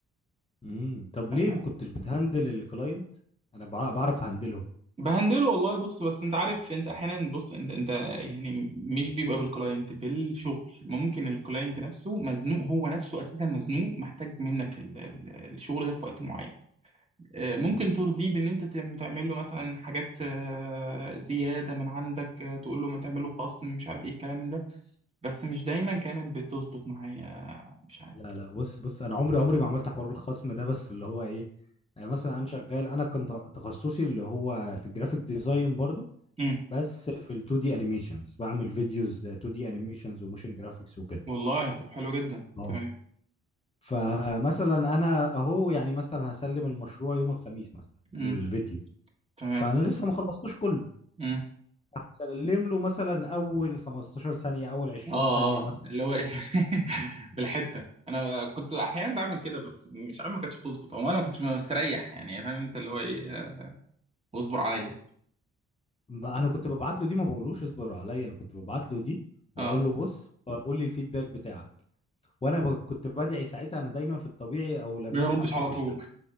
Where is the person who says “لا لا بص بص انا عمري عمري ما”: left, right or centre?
Left